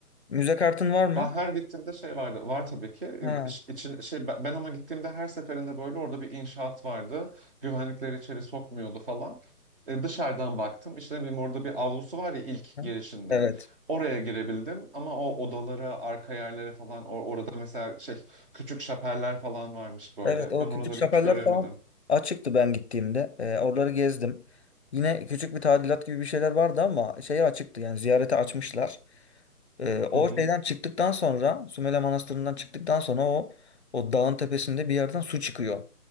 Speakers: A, on the left (about 45°); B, on the right (about 35°).
A: Müze kartın var mı?
B: Ben her gittiğimde şey vardı. Var tabii ki. Ee,
A: Ha.
B: iç- için- şey ben ben ama gittiğimde her seferinde böyle orada bir inşaat vardı. Güvenlikleri içeri sokmuyordu falan. Ee, dışarıdan baktım. İşte ne bileyim orada bir avlusu var ya ilk
A: ha.
B: girişinde.
A: Evet.
B: Oraya girebildim ama o odalara, arka yerlere falan or- orada mesela şey küçük şapeller falan varmış böyle.
A: Evet o
B: Ben
A: küçük
B: oraları
A: şapeller
B: hiç göremedim.
A: falan açıktı ben gittiğimde. Ee, oraları gezdim. Yine küçük bir tadilat gibi bir şeyler vardı ama şeye açıktı yani ziyarete açmışlar. Ee, o
B: Hı hı.
A: şeyden çıktıktan sonra Sümele Manastırı'ndan çıktıktan sonra o o dağın tepesinde bir yerden su çıkıyor.